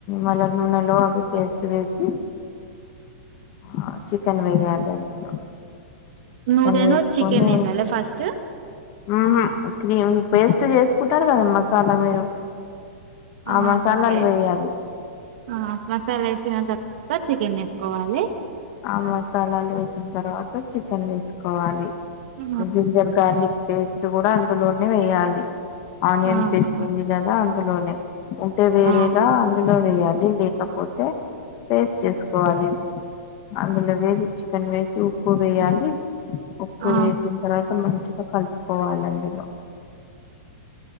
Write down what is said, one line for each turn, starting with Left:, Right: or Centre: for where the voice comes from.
Left: మళ్ళ నునోలో అవి పేస్ట్ వేసి ఆ చికెన్ వెయ్యండి అందులో చికెన్
Right: నూనెను
Left: వేసుకని
Right: చికెన్ వేయాలి ఫస్ట్
Left: ఉహుం క్రీంపేస్ట్ చేసు కుంటారు కదమ్మా చాలా మీరు
Right: ఆహా
Left: ఆ మసాలాలు
Right: పే
Left: వేయాలి
Right: ఆ మసాలాసి తినేంత తర్వాత చికెన్ వేసుకోవాలి
Left: ఆ మసాలాలు వేసిన తర్వాత చికెన్ వేసుకోవాలి
Right: ఆ,
Left: జింజర్ గార్లిక్ పేస్ట్ కూడా అందులోనే వేయాలి ఆనియన్
Right: ఆహా
Left: పేస్ట్ ఉంది కదా అందులోనే ఉంటే వేరేగా
Right: అవు
Left: అందులో వేయాలి లేకపోతే పేస్ట్ చేసుకోవాలి అందులో వేసి చిప్ చికన్ వేసి ఉప్పు వేయాలి ఉప్పు
Right: ఆ
Left: వేసిన తర్వాత మంచిగా కలుపు పోవాలిఅందులో